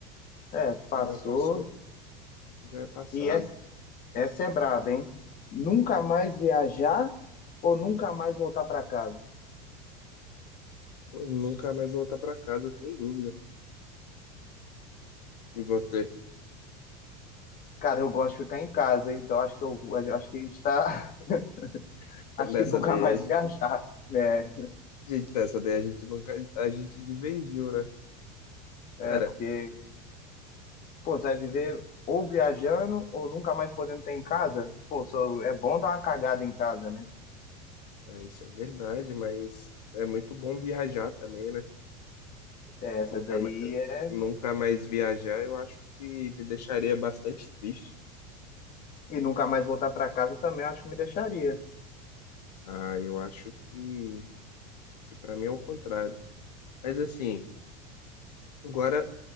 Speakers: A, on the left; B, on the left.
A: É,
B: se
A: passou.
B: já passou, já é passado.
A: E essa, essa é braba, hein? Nunca mais viajar ou nunca mais voltar para casa?
B: Nunca mais voltar para casa, sem dúvida. E você,
A: Cara, eu gosto de ficar em casa, hein? então acho que eu acho que a gente tá, <laughs>
B: <laughs>
A: acho
B: nessa
A: que nunca
B: daí
A: mais
B: a gente,
A: viajar, né?
B: gente, nessa daí a gente nunca, a gente divergiu, né?
A: É
B: Cara,
A: porque, pô, você vai viver ou viajando ou nunca mais podendo ter em casa? Pô, só- é bom dar uma cagada em casa, né?
B: é, isso é verdade, mas é muito bom viajar também, né?
A: É, essa
B: Nunca
A: daí
B: mais,
A: é
B: nunca mais viajar, eu acho que me deixaria bastante triste.
A: e nunca mais voltar para casa também eu acho que me deixaria.
B: Ah, eu acho que, que para mim é o contrário. Mas assim, agora